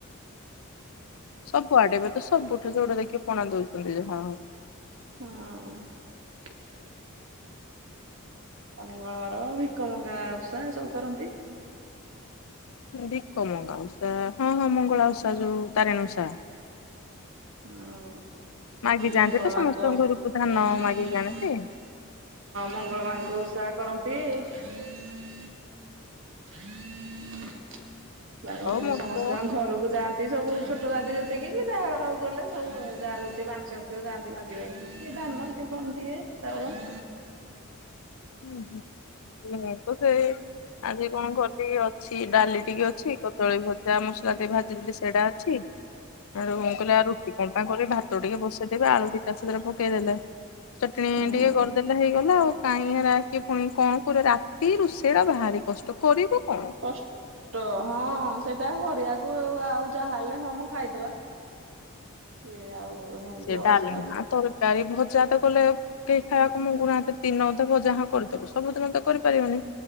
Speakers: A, on the left; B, on the right.
A: ସବୁ ଆଡେ ତ ସବୁଠୁ ଯୋଉଟା ଦେଖି। ପଣା ଦଉଛନ୍ତି ଯେ ହଁ।
B: ହଁ। ମଙ୍ଗଳବାର ଭିକମଙ୍ଗା ଉଷା ସବୁ କରନ୍ତି।
A: ଦିକ ମଙ୍ଗାଓଷା ହଁ ହଁ ମଙ୍ଗଳା ଉଷା ଯୋଉ ତାରୀଣି ଓଷା।
B: ହଁ
A: ମାଗି ଯାଆନ୍ତି
B: ମଙ୍ଗଳା
A: ତ
B: ମାଙ୍କ
A: ସମସ୍ତଙ୍କ ଘରକୁ ଧାନ
B: ହଁ
A: ମାଗିକି ଆଣନ୍ତି
B: ମଙ୍ଗଳା ମାଙ୍କ ଓଷା କରନ୍ତି। <unintelligible> ହୁଁ <unintelligible> ଆଉ
A: ମୁଁ
B: ସମସ୍ତେଙ୍କ
A: ତ
B: ଘରକୁ ଯାଆନ୍ତି। ସେ ସବୁ ଛୋଟ ଦାତି ଯେତିକି ଯାହାଘରକୁ ଗଲେ ସବୁ ଯାରେ ବାଧିଛନ୍ତି ଆଉ ଯାଆନ୍ତି ବାଧିବା କିଏ ଧାନ କିଏ କଣ ଦଏ ଚାଉଳ <inaudible>
A: ହୁଁ ହୁଁ । ଆଜି କଣ କରିଦ କି ଅ <inaudible> ସେ ଡାଲି ଟିକେ ଅଛି କଦଳୀ ଭଜା ଆମ। ଭାଜିଥିଲି ସେଇଟା ଅଛି। ଆଉ କଣ କହିଲି ଆ ରୁଟି କଣ ପାଇଁ କରିବି ଭାତ ଟିକେ ବସେଇଦବେ ଆଳୁ ଦିଟା ସେଥିରେ। ଲେ <inaudible> ଚଟଣି
B: ହୁଁ
A: ଟିକେ କରିଦେଲେ ହେଇଗଲା ଆଉ। କାହିଁ କିଏ ପୁଣି କଣ କର ରାତି ରୋଷେଇ ଟା ବାହାରି କଷ୍ଟ କରିବୁ। କଣ
B: କ ଷ୍ଟ ହଁ ସେଇଟା କରିବାକୁ ଆଉ। ଆଉ ଯାହା ହେଲେ ହମ ଖାଇଦବା କି ଆଉ। ହେନ୍ତି
A: ସେ ଡାଲମା
B: ଅଳସ ଲାଗୁଛି
A: ତରକାରୀ ଭ ବଜା ତ କଲେ କେହି ଖାଇବାକୁ ମୁଗୁନାହାନ୍ତୀ ଦିନ ଦେବଜା ହଁ କରିଦବ ସବୁଦିନ ତ କରିପାରିବନି।